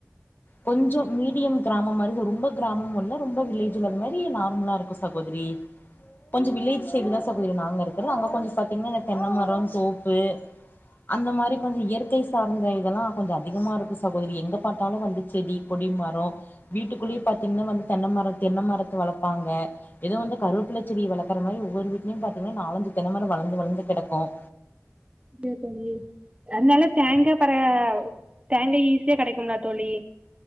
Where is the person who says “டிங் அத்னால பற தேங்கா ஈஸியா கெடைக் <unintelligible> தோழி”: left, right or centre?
Right